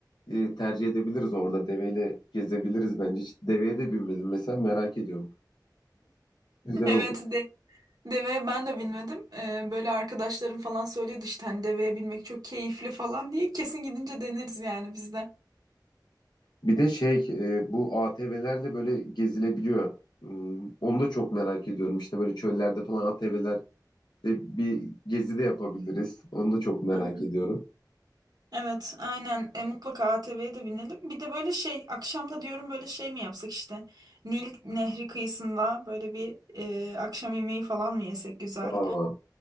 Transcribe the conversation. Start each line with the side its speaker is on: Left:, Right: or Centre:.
Left: e, tercih edebiliriz orada. Deveyle gezebiliriz bence. Hiç deveye de binmedim mesela merak ediyorum. Güzel
Right: Evet
Left: olur.
Right: de, deve ben de bilmedim. Ee, böyle arkadaşlarım falan söylüyordu işte hani deveye binmek çok keyifli falan diye. Kesin gidince deneriz yani biz de.
Left: Bir de şey e, bu ATV'lerle böyle gezilebiliyor. Hmm, Onu da çok merak ediyorum. İşte böyle çöllerde falan ATV'lerde bir gezi de yapabiliriz. Onu da çok merak
Right: Hı hı.
Left: ediyorum.
Right: Evet, aynen. E, mutlaka ATV'ye de binelim. Bir de böyle şey, akşamda diyorum böyle şey mi yapsak işte. Nil Nehri kıyısında böyle bir e, akşam yemeği falan mı yesek güzel?
Left: Aa,